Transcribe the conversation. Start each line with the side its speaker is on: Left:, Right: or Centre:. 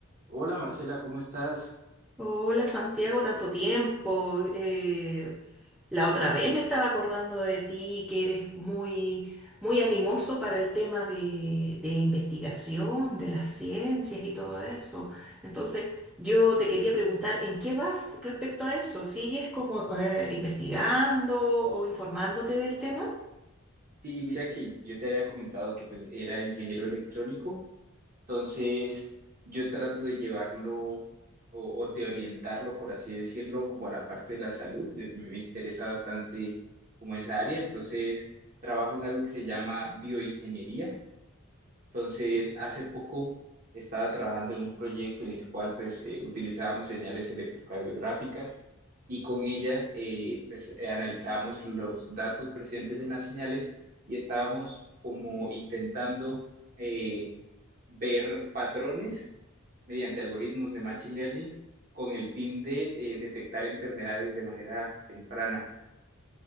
Right: Hola Marcela, ¿cómo estás?
Centre: Hola Santiago, tanto tiempo. Eh, la otra vez me estaba acordando de ti, que eres muy, muy animoso para el tema de, de investigación, de las ciencias y todo eso. Entonces, yo te quería preguntar, ¿en qué vas respecto a eso? ¿Sigues como eh, investigando o informándote del tema?
Right: Sí, mira que yo te había comentado que pues era ingeniero electrónico, entonces yo trato de llevarlo o, o de orientarlo, por así decirlo, como a la parte de la salud. Eh, Me me interesa bastante como esa área, entonces trabajo en algo que se llama bioingeniería. Entonces, hace poco estaba trabajando en un proyecto en el cual pues eh, utilizábamos señales electrocardiográficas y con ella eh, pues eh, analizábamos los datos presentes en las señales y estábamos como intentando eh, ver patrones mediante algoritmos de machine learning con el fin de eh, detectar enfermedades de manera temprana.